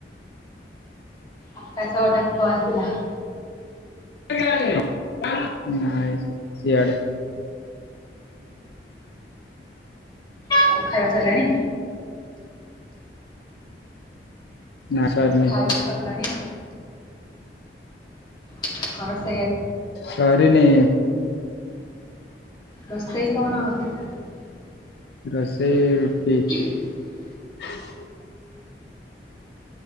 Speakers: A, on the left; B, on the left.
A: ଆକାଶ ଡାକ ଆସିଲା।
B: ସିଆଡେ <unintelligible> ନାଇ ସିଆଡେ।
A: ଆଉ ଖାଇବା ସଇଲାଣି?
B: ନା ସରିନି
A: ଖାଇବା ସରିଲାଣି। <unintelligible>
B: ସରିନି।
A: ରୋଷେଇ କଣ ପଚାରିଲି।
B: ରୋଷେଇ ରୁଟି
A: <inaudible>
B: <inaudible>